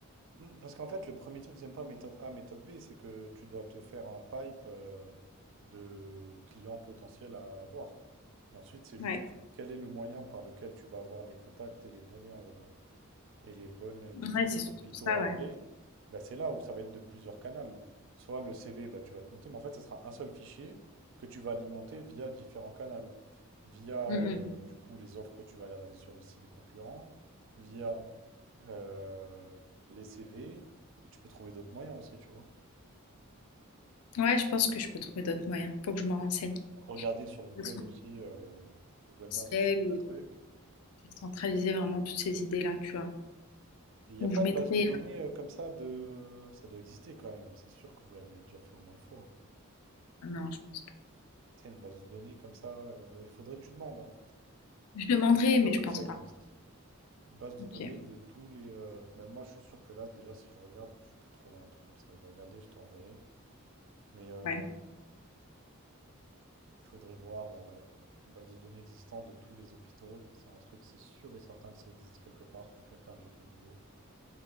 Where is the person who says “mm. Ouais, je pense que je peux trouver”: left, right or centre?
Left